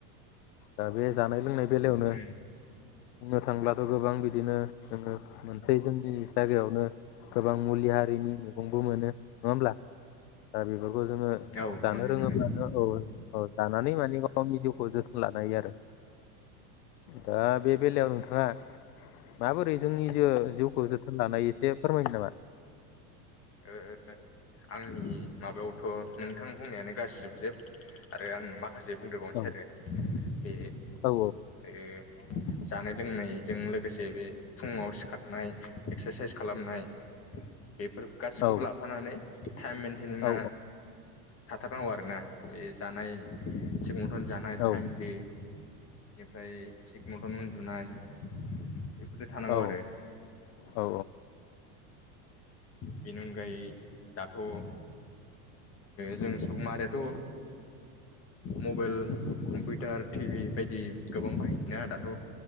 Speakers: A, on the left (about 75°); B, on the left (about 30°).
A: दा बे जानाय लोंनाय बेलायावनो
B: उम
A: बुंनो थांब्लाथ' गोबां बिदिनो जोङो मोनसे जोंनि जायगायावनो गोबां मुलि ह हारिनि मैगंबो मोनो नङा हब्ला दा बेबो जोङो
B: औ
A: जानो
B: मोनो
A: रोङोब्लानो
B: मोनो
A: औ औ लानानै माने गावनि जिउखौ जोथोन लानो हायो आरो दा बे बेलायाव नोंथाङा माबोरै जोंनि जिउखौ जोथोन लानाय एसे फोरमायनो नामा
B: ओ आंनि माबायावथ' नोंथां बुंनायानो गासिबो जोब आरो आङो मा माखासे बुंद्रोबावनोसै
A: औ
B: आरो बे
A: औ
B: ओ जानाय लोंनायजों लोगोसे बे फुङाव सिखारनाय एक्सारसाइस खालामनाय बेफोरखौ गासिखौबो
A: औ
B: लाफानानै <unintelligible> टाइम मेन्टेनआ
A: औ
B: थाथारनांगौ आरोना बे जानाय थिगमथन जानाय
A: औ
B: टाइमलि बेनिफ्राय थिग मथन उन्दुनाय बेफोरजों थानांगौ
A: औ
B: आरो
A: औ
B: बेनि अनगायै दाथ' ओह जों सुबुं माहारियाथ' मबाइल कम्पिउटार टिभि बायदि गोबां बाहायोना दाथ'